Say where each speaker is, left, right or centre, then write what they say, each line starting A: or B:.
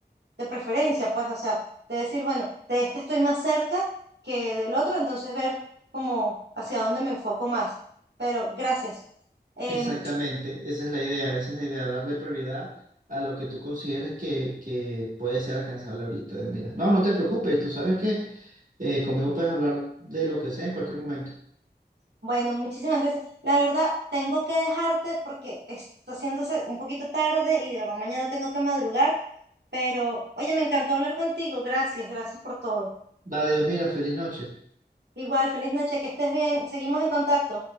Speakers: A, on the right (about 70°); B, on the right (about 50°).
A: de preferencia, pues, o sea, de decir, bueno, de este estoy más cerca que del otro, entonces ver como hacia dónde me enfoco más. Pero gracias. Em,
B: Exactamente, esa es la idea, esa es la idea, darle prioridad a lo que tú consideres que, que puede ser alcanzable ahorita. Digo, mira, no, no te preocupes, tú sabes que eh, conmigo puedes hablar de lo que sea en cualquier momento.
A: Bueno, muchísimas gracias. La verdad, tengo que dejarte porque está haciéndose un poquito tarde y de verdad mañana tengo que madrugar, pero oye, me encantó hablar contigo. Gracias, gracias por todo.
B: Dale, Dios, mira, feliz noche.
A: Igual, feliz noche, que estés bien. Seguimos en contacto.